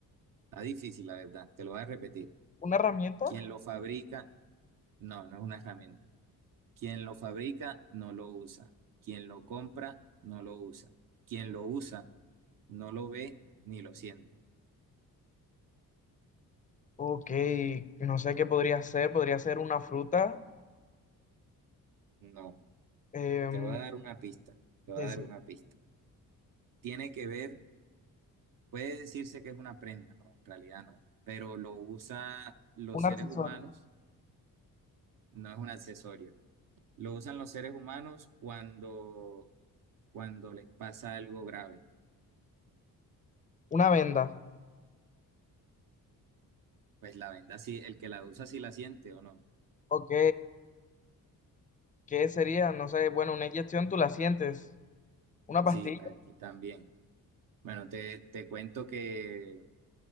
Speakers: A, on the right (about 60°); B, on the left (about 20°).
A: Está difícil, la verdad. Te lo voy a repetir.
B: ¿Una herramienta?
A: Quien lo fabrica, no, no es una herramienta. Quien lo fabrica no lo usa. Quien lo compra no lo usa. Quien lo usa no lo ve ni lo siente.
B: Ok, no sé qué podría ser. Podría ser una fruta.
A: No.
B: Em,
A: Te voy a dar una pista. Te voy
B: sí,
A: a dar
B: sí.
A: una pista. Tiene que ver Puede decirse que es una prenda, no, en realidad no, pero lo usan los
B: Un
A: seres
B: accesorio.
A: humanos, no es un accesorio. Lo usan los seres humanos cuando, cuando les pasa algo grave.
B: Una venda.
A: Pues la venda sí, el que la usa sí la siente o no.
B: Ok, ¿qué sería? No sé, bueno, una inyección tú la sientes. Una pastilla.
A: Sí, tal, que también. Bueno, te, te cuento que